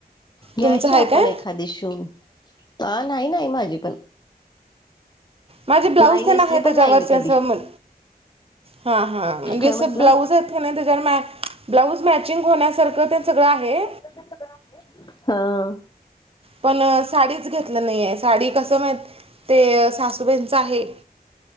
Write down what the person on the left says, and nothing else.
घ्यायची
आपण
एखादि शिऊन. अ नाही नाही माझी पण.
नाही
नेसली
पण नाही मी
कधी
काय म्हंटलं
हा.